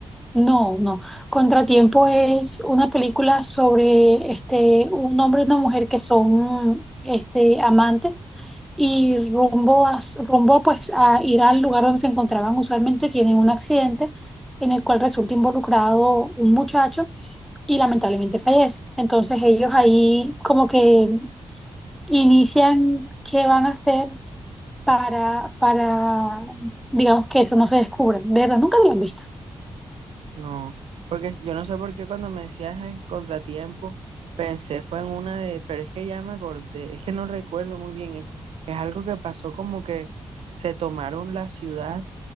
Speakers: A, in the centre; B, on the right.
A: No, no. Contratiempo es una película sobre este, un hombre y una mujer que son este, amantes y rumbo a, rumbo pues a ir al lugar donde se encontraban usualmente tienen un accidente en el cual resulta involucrado un muchacho y lamentablemente fallece. Entonces ellos ahí como que inician qué van a hacer para, para, digamos, que eso no se descubra. De verdad, nunca lo han visto.
B: No, porque yo no sé por qué cuando me decías el contratiempo, pensé fue en una de, pero es que ya me acordé, es que no recuerdo muy bien, es, es algo que pasó como que se tomaron la ciudad